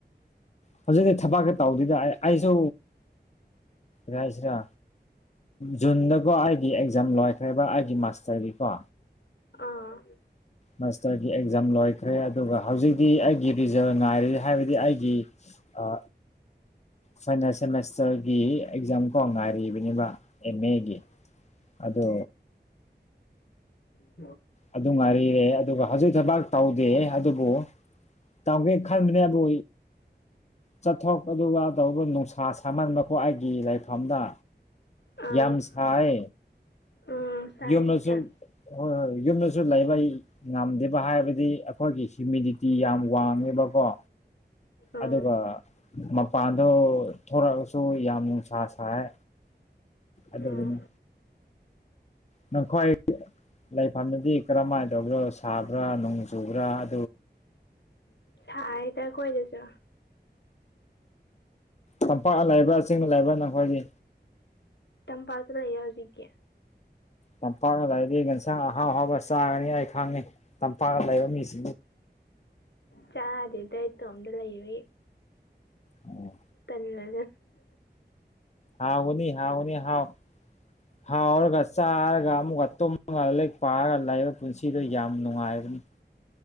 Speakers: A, on the left (about 40°); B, on the left (about 75°).
A: ꯍꯧꯖꯤꯛꯇꯗꯤ ꯊꯕꯛꯀ ꯇꯧꯗꯗ ꯑꯩꯁꯨ ꯔꯁꯤꯔꯥ ꯖꯟꯗꯀꯣ ꯑꯩꯒꯤ ꯑꯦꯛꯖꯥꯝ ꯂꯣꯏꯈ꯭ꯔꯦꯕ ꯑꯩꯒꯤ ꯃꯁ ꯇ ꯍꯥꯏꯔꯤ ꯀꯣ
B: ꯑꯥ
A: ꯃꯁꯇꯒꯤ ꯛꯖꯝ ꯂꯣꯏꯈ꯭ꯔꯦ ꯑꯗꯨꯒ ꯍꯧꯖꯤꯛꯇꯤ ꯑꯩꯒꯤ ꯔꯤꯖꯜ ꯉꯥꯏꯔꯤ ꯍꯥꯏꯕꯗꯤ ꯑꯩꯒꯤ ꯑ ꯐꯥꯏꯅꯥꯜ ꯁꯦꯃꯦꯁꯇꯔꯒꯤ ꯑꯦꯛꯖꯥꯝ ꯀꯥꯎ ꯉꯥꯏꯔꯤꯕꯅꯦꯕ ꯑꯦꯝ ꯑꯦꯒꯤ ꯑꯗ
B: ꯕ
A: ꯑꯗꯨ ꯃꯔꯤꯦ ꯑꯗꯨꯒ ꯍꯧꯖꯤꯛ ꯊꯕꯛ ꯇꯧꯗꯦ ꯑꯗꯨꯕꯨ ꯇꯧꯒꯦ ꯈꯟꯕꯅꯦꯕꯨ ꯆꯠꯊꯣꯛ ꯑꯗꯨꯒ ꯇꯧꯕ ꯅꯨꯡꯁꯥ ꯁꯥꯍꯟꯕꯀꯣ ꯑꯩꯒꯤ ꯂꯥꯏꯔꯤ ꯝꯗ
B: ꯑꯥ
A: ꯌꯥꯝ ꯁꯥꯏ
B: ꯎꯝ ꯁꯥꯏ
A: ꯌꯅꯁꯨ
B: ꯍꯧꯖꯤꯛꯀꯥꯟ
A: ꯍꯣꯏꯣꯏ ꯌꯨꯝꯗꯁꯨ ꯂꯩꯕ ꯉꯝꯗꯦꯕ ꯍꯥꯏꯕꯗꯤ ꯑꯩꯈꯣꯏꯒꯤ ꯍꯤꯌꯨꯃꯤꯗꯤꯇꯤ ꯌꯥꯝ ꯋꯥꯡꯉꯦꯕꯀꯣ
B: ꯎꯝ
A: ꯑꯗꯨꯒ ꯃꯄꯥ ꯑꯗꯣ ꯊꯣꯔꯛꯑꯒꯁꯨ ꯌꯥꯝ ꯅꯨꯡꯁꯥ ꯁꯥꯏꯦ ꯑꯗꯨꯒꯤꯅꯤ
B: ꯎꯝ
A: ꯅꯪꯈ꯭ꯋꯥꯏ ꯂꯩꯐꯝꯗꯤ ꯀꯔꯝꯍꯥꯏꯅ ꯇꯧꯕ꯭ꯔꯣ ꯁꯥꯕ꯭ꯔꯥ ꯅꯣꯡ ꯆꯨꯕ꯭ꯔꯥ ꯑ
B: ꯁꯥꯏꯗ ꯑꯩꯈꯣꯏꯗꯁꯨ
A: ꯇꯝꯄꯥꯛ ꯂꯩꯕ꯭ꯔꯥ ꯆꯤꯡꯅ ꯂꯩꯏꯕ꯭ꯔꯥ ꯅꯈꯣꯏꯒꯤ
B: ꯇꯝꯄꯥꯥꯇꯂ ꯍꯧꯖꯤꯀꯤꯦ
A: ꯂꯝꯄꯥꯛꯅ ꯂꯥꯏꯗꯤ ꯌꯦꯟꯁꯥꯡ ꯑꯍꯥꯎ ꯑꯍꯥꯎꯕ ꯆꯥꯒꯅꯤ ꯑꯩ ꯈꯪꯉꯤ ꯇꯝ ꯐꯒ ꯂꯩꯣ ꯃꯤꯁꯤ
B: ꯆꯥꯗ ꯏꯗꯥꯏꯣ ꯑꯣꯝꯗꯂ ꯏꯦ
A: ꯑꯣ
B: ꯇꯝꯅ
A: ꯍꯥꯎ ꯎꯅꯤ ꯍꯥꯎ ꯎꯅꯤ ꯍꯥꯎ ꯍꯥꯎꯔꯒ ꯆꯥꯔꯒ ꯑꯃꯨꯛꯀ ꯇꯨꯝꯃꯒ ꯂꯦꯛ ꯄꯥꯔꯒ ꯂꯩꯥꯛꯏꯕ ꯄꯨꯟꯁꯤꯗꯣ ꯌꯥꯝ ꯅꯨꯡꯉꯥꯏꯕ ꯑꯗꯨ